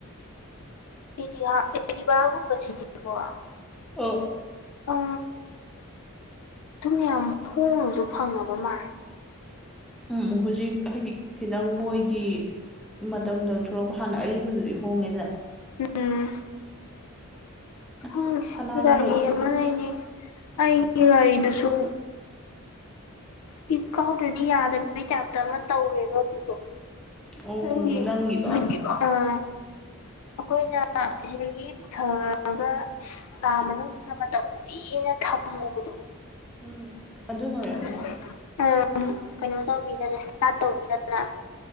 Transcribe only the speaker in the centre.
ꯑꯣ
ꯎꯝ ꯍꯨꯖꯤꯛ ꯍꯥꯏꯗꯤ ꯈꯤꯇꯪ ꯃꯣꯏꯒꯤ ꯃꯇꯝ ꯃꯇꯝ ꯊꯣꯛꯂꯥꯛꯄ ꯍꯥꯟꯅ ꯑꯔꯤꯕꯗꯨꯗꯤ ꯍꯣꯡꯉꯦꯗ
ꯑꯁ ꯁꯅꯥꯁꯤꯁꯨ
ꯎꯝ
ꯑꯣ
ꯅꯪꯒꯤꯗꯣ
ꯎꯝ ꯑꯗꯨꯅ ꯑꯣꯏꯔꯝꯅꯤ